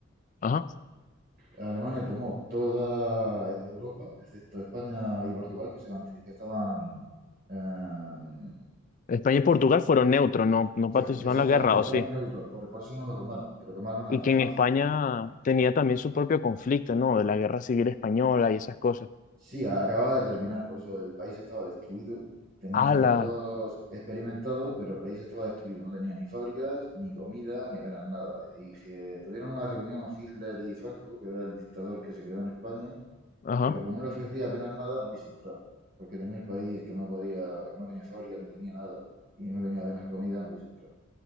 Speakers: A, on the left; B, on the right.
A: ajá.
B: eh, Alemania tomó toda Europa, excepto España y Portugal, que, se, van- que estaban... eh,
A: España y Portugal fueron neutros, no, no
B: que-
A: participaron
B: exactamente,
A: en la guerra,
B: que
A: ¿o
B: fueran
A: sí?
B: neutros, por, por eso no lo tomaron, pero tomaron hasta
A: Y que
B: Francia
A: en España tenía también su propio conflicto, ¿no? De la guerra civil española y esas cosas.
B: Sí, acababa de terminar, por eso el país estaba destruido. Tenían
A: Ala,
B: soldados experimentados, pero el país estaba destruido. No tenía ni fábricas, ni comida, ni apenas nada. Y que tuvieron una reunión Hitler y Franco, que era el dictador que se quedó en España,
A: ajá.
B: pero como no le ofrecía apenas nada, no quiso entrar. Porque tenía el país que no podía, que no tenía fábricas, ni tenía nada, y no tenía apenas comida, no quiso entrar.